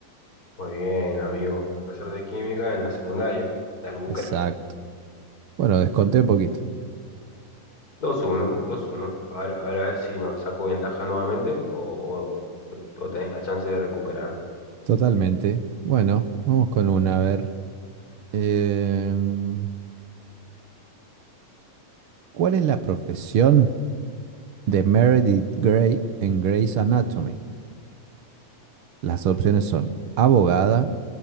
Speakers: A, on the left; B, on the right.
A: Muy bien, amigo. Profesor de química en la secundaria de Albuquerque.
B: Exacto. Bueno, desconté un poquito.
A: Dos uno, dos uno, A ver, a ver, a ver si nos saco ventaja nuevamente o, o- o- o tenés la chance de recuperar.
B: Totalmente. Bueno, vamos con una. A ver. Em, ¿cuál es la profesión de Meredith Grey en Grey's Anatomy? Las opciones son abogada,